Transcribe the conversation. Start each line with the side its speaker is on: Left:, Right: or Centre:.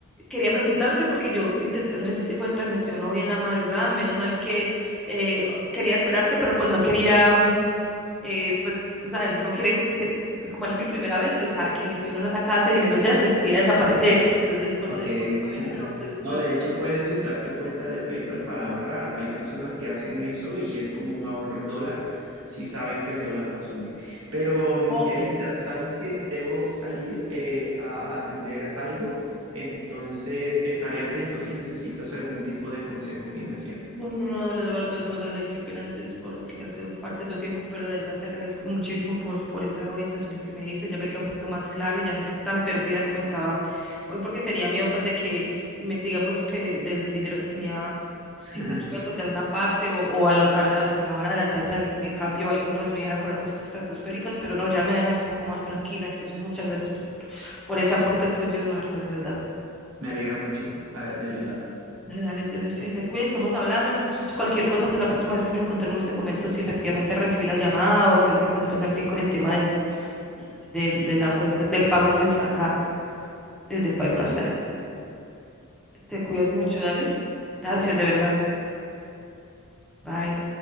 Centre: quería preguntarte porque yo intenté hacer ese tipo de transacción hoy en la madrugada, menos mal que eh, quería esperarte, pero pues no quería, mm, eh, pues tú sabes, uno quiere, se- es como era mi primera vez, pensaba que si uno no sacaba ese dinero ya se, se iba a desaparecer, entonces por
Right: Ok.
Centre: eso digo, bueno, vale,
Right: <laughs>
Centre: pero pues,
Right: No,
Centre: me,
Right: de hecho puedes usar tu cuenta de PayPal para ahorrar. Hay personas que hacen eso y es como un ahorro en dólar si saben que el dólar va a subir. Pero, mm,
Centre: ok,
Right: Yaritza, ¿sabes que debo salir eh, a atender algo? Entonces, estaré atento si necesitas algún tipo de consejo financiero.
Centre: No, no, no, no, dale, Eduardo, no, dale, qué pena antes por quitarte parte de tu tiempo, pero de verdad te agradezco muchísimo por, por esas orientaciones que me diste, ya me queda un poquito más claro, ya no estoy tan perdida como estaba hoy porque tenía miedo pues de que, me- digamos que del dinero que tenía, si
Right: <laughs>
Centre: mucho me pues dar una parte o, o a la a la- la hora de la tasa de, de cambio o algo, pues me iban a cobrar cosas estratosféricas, pero no, ya me dejas un poco más tranquila, entonces muchas gracias pues por, por ese aporte tuyo, Eduardo, de verdad.
Right: Me alegra mucho haberte ayudado,
Centre: Dale, dale, entonces eh, te cuides, estamos hablando, entonces cualquier cosa, pues la próxima vez que nos encontremos te comento si efectivamente recibí la llamada o qué es lo que pasó pues al fin con el tema del, del, de la cuenta, del pago pues acá desde PayPal,
Right: por supuesto.
Centre: dale. Te cuidas mucho, dale. Gracias, de verdad. Bye.